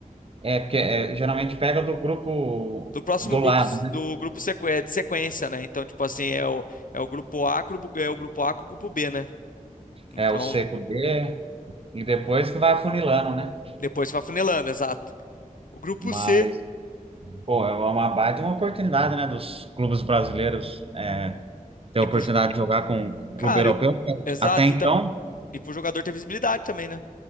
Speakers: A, on the right (about 40°); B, on the left (about 70°).
A: é porque é, geralmente pega do grupo
B: do próximo
A: do
B: grupo,
A: lado, né?
B: do grupo sequ- é, de sequência, né? Então, tipo assim, é o, é o grupo A, grupo, é o grupo A, com o grupo B, né? Então,
A: É, é o seco D e depois que vai afunilando, né?
B: depois vai funilando, exato. O grupo
A: Mas,
B: C,
A: pô, é uma baita uma oportunidade, né, dos clubes brasileiros é, ter
B: e
A: a oportunidade
B: pro, jo-
A: de jogar com o clube
B: cara,
A: europeu.
B: eu- exato,
A: Até então,
B: e, tá, e pro jogador ter visibilidade também, né?